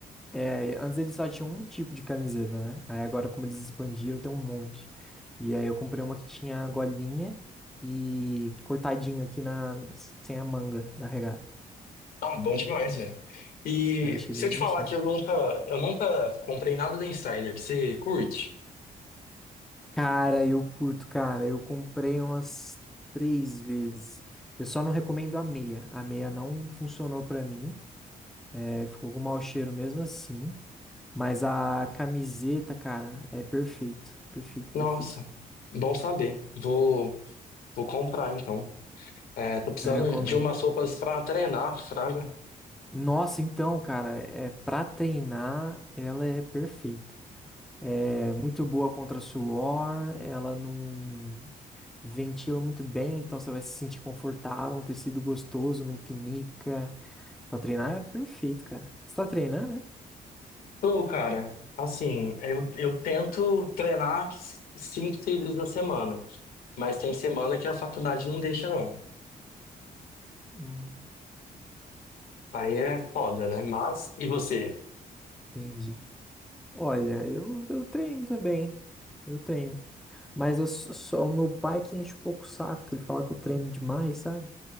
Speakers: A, in the centre; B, on the left.
A: é, Antes eles só tinham um tipo de camiseta, né? Aí agora, como eles expandiram, tem um monte. E aí eu comprei uma que tinha golinha e cortadinho aqui na... sem a manga da regata.
B: Ah, bom demais, velho. E
A: Aí eu achei
B: se
A: bem
B: eu te
A: bonitinho.
B: falar que eu nunca, eu nunca comprei nada da Insider, você curte?
A: Cara, eu curto, cara. Eu comprei umas três vezes. Eu só não recomendo a meia. A meia não funcionou pra mim. É, ficou com mau cheiro mesmo assim. Mas a camiseta, cara, é perfeita. Perfeita, perfeita.
B: Nossa, bom saber. Vou, vou comprar então. É, tô precisando
A: Eu recomendo.
B: de umas roupas pra treinar, fraga.
A: Nossa, então, cara, é para treinar, ela é perfeita. É muito boa contra suor, ela não ventila muito bem, então você vai se sentir confortável, um tecido gostoso, não pinica. Pra treinar é perfeito, cara. Você tá treinando, né?
B: Tô, cara. Assim, eu, eu tento treinar cinco, seis vezes na semana, mas tem semana que a faculdade não deixa, não.
A: Hum,
B: Aí é foda, né? Mas, e você?
A: entendi. Olha, eu, eu treino também. Eu treino. Mas eu sou, sou- o meu pai que enche um pouco o saco, que ele fala que eu treino demais, sabe?